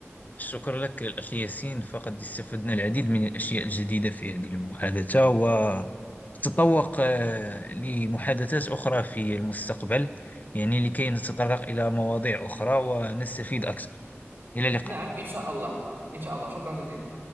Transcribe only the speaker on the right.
نعم إن شاء الله إن شاء الله شكرا جزيلا